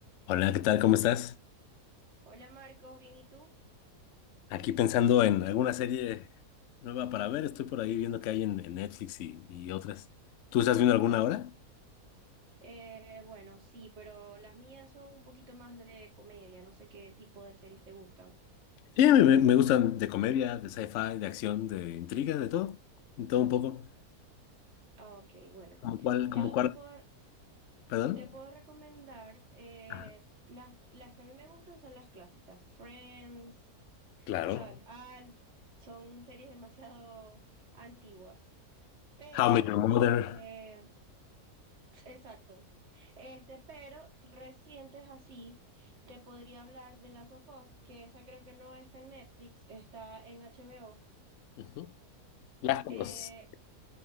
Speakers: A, on the left (about 65°); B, on the right (about 45°).
A: Hola, ¿qué tal? ¿Cómo estás?
B: Hola Marcos, ¿bien y tú?
A: Aquí pensando en alguna serie nueva para ver. Estoy por ahí viendo que hay en, en Netflix y, y otras. ¿Tú estás viendo alguna ahora?
B: Eh, bueno, sí, pero las mías son un poquito más de comedia, no sé qué tipo de series te gustan.
A: Sí, me, me- me gustan de comedia, de sci-fi, de acción, de intriga, de todo. De todo un poco.
B: Ah, Ok, bueno,
A: ¿Como cuál?
B: yo
A: ¿Como cuál?
B: te puedo,
A: ¿Perdón?
B: te puedo recomendar, eh,
A: Ajá,
B: las, las que a mí me gustan son las clásicas, Friends,
A: Claro.
B: ¿sabes? Alf, son series demasiado antiguas, pero
A: How I Met Your Mother.
B: eh, Exacto. Este, pero recientes así, te podría hablar de Last of Us, que esa creo que no está en Netflix, está en HBO.
A: Ujú. Las conozco.
B: Eh,